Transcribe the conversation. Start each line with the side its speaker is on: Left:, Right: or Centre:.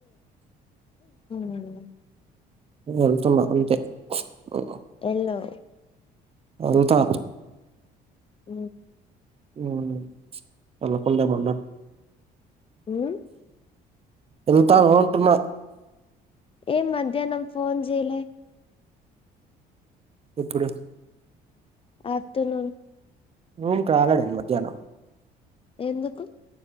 Left: ఉమ్మ్
Right: వెళ్తున్న అంతే ఉ
Left: వెల్లో
Right: ఎల్త
Left: ఉమ్మ్
Right: ఉమ్ ఎళ్లకుండా ఏమన్నా.
Left: ఉమ్మ్
Right: ఎళ్తాను అంటున్న.
Left: ఏం ఈ మధ్యా నాకు ఫోన్ చేయలే.
Right: ఎప్పుడు.
Left: ఆఫ్టర్నూన్.
Right: మూవ్ కాలడన్ మధ్యాహ్నం.
Left: ఎందుకు.